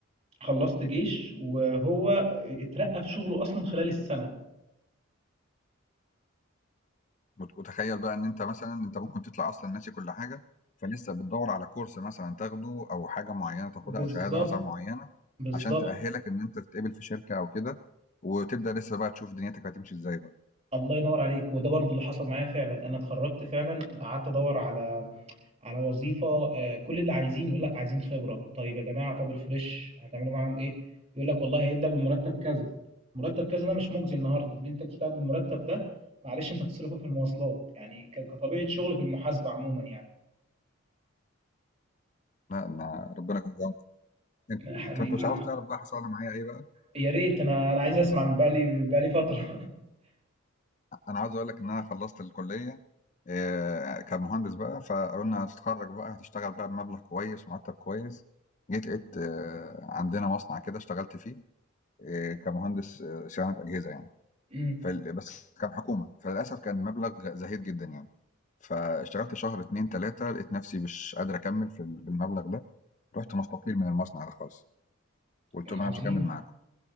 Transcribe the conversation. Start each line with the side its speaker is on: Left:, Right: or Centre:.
Right: خلّصت جيش، وهو اترقّى في شغله أصلًا خلال السنة.
Left: وت- وتخيل بقى ان انت مثلا انت ممكن تطلع اصلا ناسي كل حاجة فلسه بتدور على كورس مثلا تاخده او حاجة معينة تاخدها
Right: بالضبط،
Left: او شهادة مثلا معينة
Right: بالضبط.
Left: عشان تأهلك ان انت تتقبل في شركة او كده وتبدأ لسه بقى تشوف دنيتك هتمشي ازاي بقى
Right: الله ينور عليك، وده برضه اللي حصل معايا فعلًا، أنا اتخرّجت فعلًا قعدت أدوّر على على وظيفة آآ كل اللي عايزين يقول لك عايزين خبرة، طيب يا جماعة طَب الfresh هتعملوا معاهم إيه؟ يقول لك والله هيبدأ بمرتّب كذا، مرتّب كذا ده مش مُجزي النهارده، إن أنت تشتغل بالمرتّب ده معلش أنت هتصرفه في المواصلات، يعني ك كطبيعة شُغل في المحاسبة عمومًا يعني.
Left: لا انا ربنا يكون في انت
Right: يا حبيبي،
Left: انت مش عاوز تعرف بقى حصل لي معايا ايه بقى
Right: يا ريت أنا أنا عايز أسمع من بقى لي بقى لي فترة.
Left: انا عاوز اقول لك ان انا خلصت الكليه آه، كمهندس بقى فقالوا لنا هتتخرج بقى هتشتغل بقى بمبلغ كويس مرتب كويس جيت لقيت آه، عندنا مصنع كده اشتغلت فيه آه، كمهندس آه، صيانه اجهزه يعني
Right: <laughs> إمم،
Left: فال- بس كان حكومه فللاسف كان مبلغ زهيد جدا يعني فاشتغلت شهر اتنين تلاته لقيت نفسي مش قادر اكمل في ال- بالمبلغ ده رحت مستقيل من المصنع ده خالص قلت
Right: عظيم.
Left: لهم انا مش هكمل معاكم